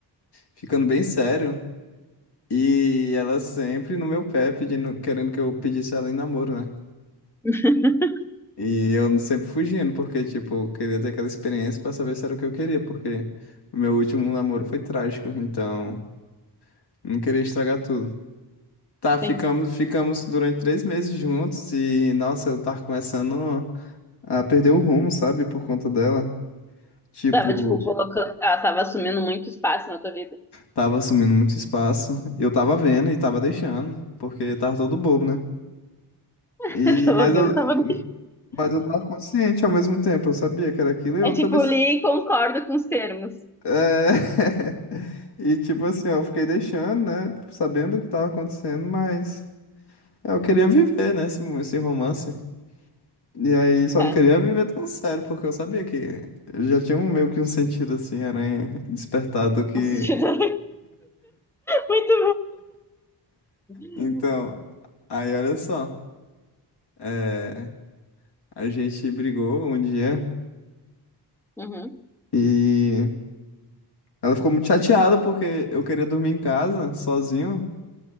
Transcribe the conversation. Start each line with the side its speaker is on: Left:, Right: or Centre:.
Left: ficando bem sério. E ela sempre no meu pé, pedindo, querendo que eu pedisse ela em namoro, né?
Centre: <laughs>
Left: E eu sempre fugindo, porque, tipo, eu queria ter aquela experiência pra saber se era o que eu queria, porque o meu último namoro foi trágico, então não queria estragar tudo. Tá, ficamos,
Centre: Sim.
Left: ficamos durante três meses juntos e, nossa, eu tava começando a perder o rumo, sabe, por conta dela. Tipo,
Centre: Tava, tipo, colocando. Ela tava assumindo muito espaço na tua vida.
Left: tava assumindo muito espaço. Eu tava vendo e tava deixando, porque tava todo bobo, né?
Centre: <laughs>
Left: E,
Centre: Eu tava
Left: mas
Centre: vendo,
Left: eu,
Centre: tava.
Left: mas eu tava consciente ao mesmo tempo, eu sabia que era aquilo e eu
Centre: É tipo,
Left: também.
Centre: li e concordo com os termos.
Left: É... <laughs> E tipo assim, ó, eu fiquei deixando, né? Sabendo o que tava acontecendo, mas é, eu queria viver, né? Esse, mo- esse romance. E aí só
Centre: Tá.
Left: não queria viver tão sério, porque eu sabia que eu já tinha um meio que um sentido assim, aranha despertado que.
Centre: Um sentido <laughs> Muito bom.
Left: Então, aí olha só. é, A gente brigou um dia
Centre: Uhum.
Left: e ela ficou muito chateada porque eu queria dormir em casa, sozinho.